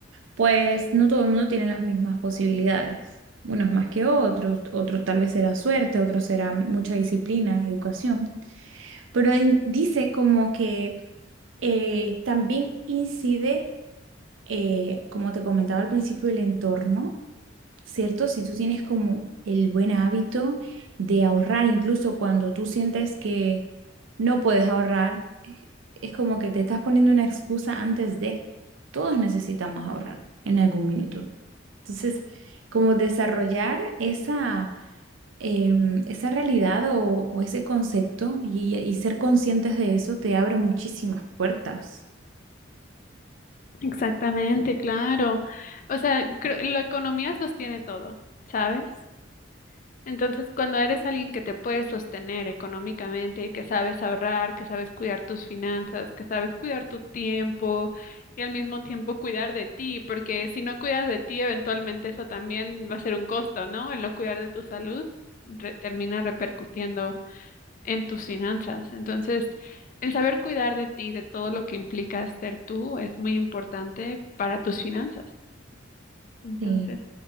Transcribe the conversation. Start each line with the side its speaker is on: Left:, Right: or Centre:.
Right: pues no todo el mundo tiene las mismas posibilidades. Unos más que otros, otros tal vez será suerte, otros será mucha disciplina, educación pero en- dice como que eh, también incide, eh, como te comentaba al principio, el entorno, ¿cierto? Si tú tienes como el buen hábito de ahorrar, incluso cuando tú sientes que no puedes ahorrar, eh, es como que te estás poniendo una excusa antes de. Todos necesitamos ahorrar en algún minuto. Entonces, como desarrollar esa em, esa realidad o, o ese concepto y, y ser conscientes de eso te abre muchísimas puertas.
Left: Exactamente, claro. O sea, creo- la economía sostiene todo, ¿sabes? Entonces, cuando eres alguien que te puedes sostener económicamente, que sabes ahorrar, que sabes cuidar tus finanzas, que sabes cuidar tu tiempo y al mismo tiempo cuidar de ti, porque si no cuidas de ti, eventualmente eso también va a ser un costo, ¿no? El no cuidar de tu salud re- termina repercutiendo en tus finanzas. Entonces, el saber cuidar de ti, de todo lo que implica ser tú, es muy importante para tus finanzas. Entonces,
Right: Sí,